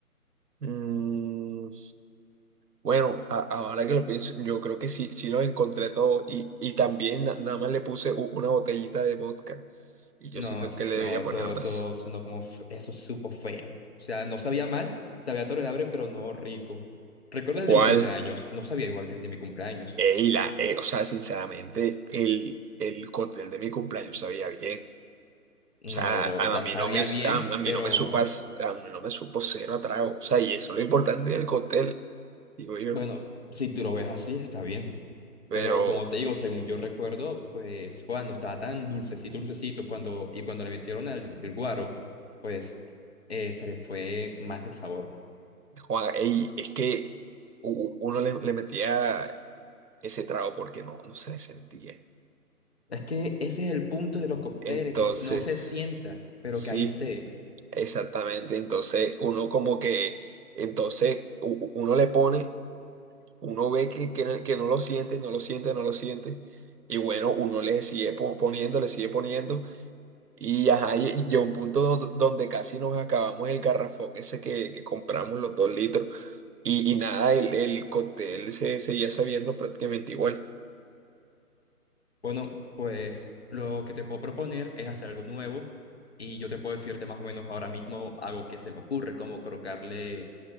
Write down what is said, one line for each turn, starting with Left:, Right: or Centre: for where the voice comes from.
Right: Mm, bueno, a- ahora que lo pienso, yo creo que sí, sí lo encontré todo y, y también na- nada más le puse u- una botellita de vodka y yo
Left: No,
Right: siento
Left: eso,
Right: que le debía
Left: no, eso,
Right: poner más.
Left: eso sonó como, f- eso supo feo. O sea, no sabía mal, sabía tolerable, pero no rico. ¿Recuerdas
Right: ¿Cuál?
Left: el de mi cumpleaños? No sabía igual que el de mi cumpleaños.
Right: Ey, la, eh, o sea, sinceramente, el, el cóctel de mi cumpleaños sabía bien.
Left: No,
Right: O sea,
Left: bro,
Right: a
Left: o sea,
Right: a mí
Left: sabía
Right: no me, s-
Left: bien,
Right: a, a mí
Left: pero
Right: no me supas, a mí no me supo cero a trago, O sea, y eso es lo importante del cóctel, digo yo.
Left: Bueno, si tú lo ves así, está bien.
Right: Pero,
Left: Pero como te digo, según yo recuerdo, pues Juan no estaba tan dulcecito, dulcecito. Cuando, y cuando le metieron al- el guaro, pues eh, se le fue más el sabor.
Right: Juan, ey, es que u- uno le, le metía ese trago porque no, no se le sentía.
Left: Es que ese es el punto de los cócteles,
Right: Entonces,
Left: que no se sienta, pero
Right: sí,
Left: que ahí esté.
Right: exactamente. Entonces, uno como que, entonces, u- u- uno le pone, uno ve que, que, no que no lo siente, no lo siente, no lo siente. Y bueno, uno le sigue po- poniendo, le sigue poniendo. Y ajá, y- y llegó un punto do- donde casi nos acabamos el garrafón ese que, que compramos los dos litros. Y, y nada, el, el cóctel se seguía sabiendo prácticamente igual.
Left: Bueno, pues lo que te puedo proponer es hacer algo nuevo. Y yo te puedo decirte más o menos ahora mismo algo que se me ocurre, como colocarle